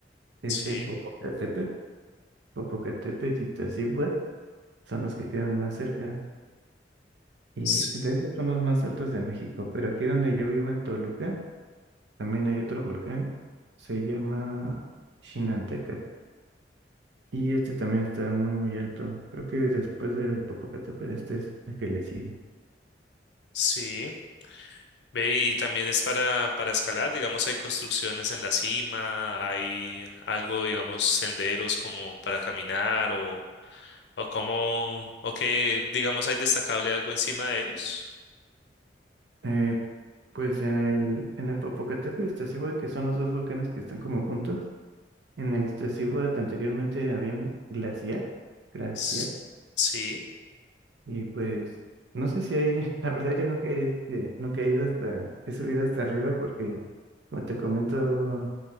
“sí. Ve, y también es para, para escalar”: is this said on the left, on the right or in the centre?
Left